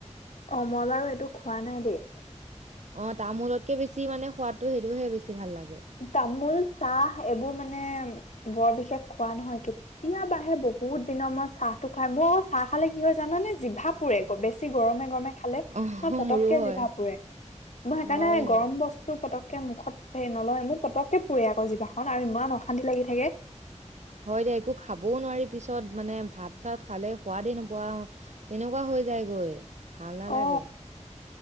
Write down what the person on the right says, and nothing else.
অঁ তামোলতকে বেছি মানে সোৱাদটো সেইটোহে বেছি ভাল লাগে।
অ
মোৰো হয়
হয়
হয় দে একো খাবও নোৱাৰি পিছত মানে' ভাত চাত খালেও সোৱাদেই নোপোৱা হওঁ! তেনেকুৱা হৈ যায়গৈ, ভাল নালাগে!